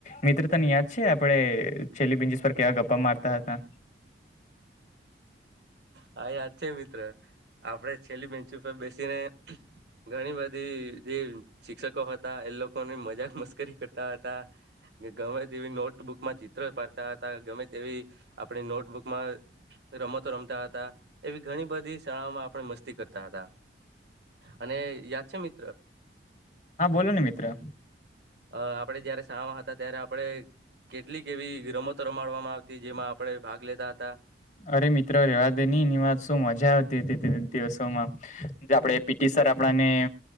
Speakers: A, on the left (about 40°); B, on the right (about 65°).
A: મિત્ર તને યાદ છે આપડે છેલ્લી બિન્જીસ પર કેવા ગપ્પા મારતા હતા.
B: હા યાદ છે મિત્ર આપડે છેલ્લી બેંચ ઉપર બેસીને ઘણી બધી જે શિક્ષકો હતા એ લોકોને મજાક મસ્કરી કરતા હતા. કે ગમે તેવી નોટબુકમાં ચિત્ર પાડતા હતા ગમે તેવી આપણી નોટબુકમાં રમતો રમતા હતા એવી ઘણી બધી શાળાઓમાં આપણે મસ્તી કરતા હતા. અને યાદ છે મિત્ર.
A: હા બોલો ને મિત્ર
B: અ આપડે જયારે શામાં હતા ત્યારે આપડ કેટલીક એવી રમતો રમાડવામાં આવતી જેમાં આપડણે ભાગ લેતા હતા.
A: અરે મિત્રો રેવા દે નહી એની વાત શું મજા આવતી હતી દિવસોમાં આપડે પીટી સર આપણને